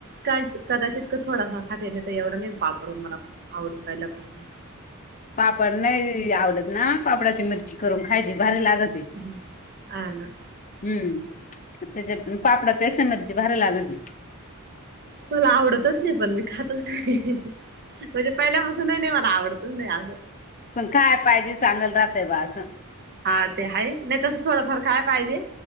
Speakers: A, on the right; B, on the left.
A: काईच कदाचित का थोडासा खाते तर एवढं नाही पापडून मला आवडत पहिल्यापासून.
B: पापड नाही आवडत ना पापडाची मिरची करून खायची भारी लागते.
A: <unintelligible> आ ना.
B: हम् त्याच्या पापडा पेक्षा मिरची भारी लागते.
A: मला आवडतच नाही पण मी खातच नाही. म्हणजे पहिल्यापासून नाही मला आवडतच नाही असं.
B: पण काय पाहिजे चांगल राहतय बास.
A: हा ते आहे नाही तस थोडंफार काय पाहिजे.